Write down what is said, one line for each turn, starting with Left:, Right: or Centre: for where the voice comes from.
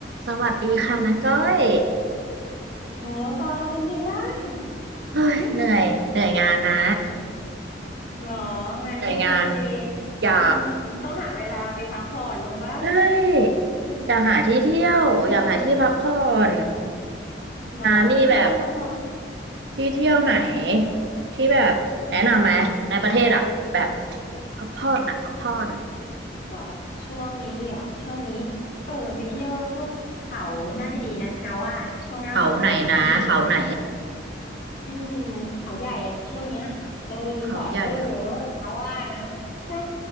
Right: สวัสดีค่ะนะก้อย
Left: โหปอเป็นไงบ้าง
Right: เฮ้ยเหนื่อย
Left: หืม
Right: เหนื่อยงานนะ
Left: หรอ งานยุ่งอะสิ
Right: เหนื่อยงานอยาก
Left: ต้องต้องหาเวลาไปพักผ่อนบ้างบ้า
Right: เอ้ย
Left: อืม
Right: อยากหาที่เที่ยวอยากหาที่พักผ่อน
Left: อืมหรอที่เที่ยวที่พักผ่อน
Right: นะมีแบบที่เที่ยวไหน
Left: อืม
Right: ที่แบบแนะนำไหมในประเทศอะแบบ
Left: อืม
Right: พักผ่อนนะพักผ่อน
Left: หรอช่วงนี้เหรอช่วงนี้เออไปเที่ยวพวกเขาน่าจะดีนะนาว่านะช่วงหน้าฝนน่าจะชุ่มชื่นดี
Right: เขาไหนนะเขาไหน
Left: อืมเขาใหญ่อะช่วงเนี้ยเออรีสอร์ทก็เยอะนะว่านะใช่
Right: เขาใหญ่เหรอ